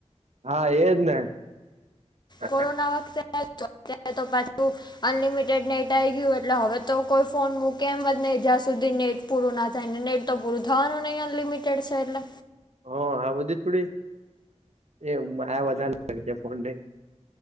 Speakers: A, on the right; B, on the left.
A: હા એજ ને હ
B: કોરોના વખતે ત્યારે તો પાછું અનલિમિટેડ નેટ આઈ ગયું એટલે હવે તો કોઈ ફોન મૂકે એમ જ નહી જ્યાં સુધી નેટ પૂરું ના થાયને નેટ તો પૂરું થવાનું નહીં અનલિમિટેડ છે. એટલે
A: હ આ બધી થોડીએ માયા વધારે લાગી જાય ફોન ને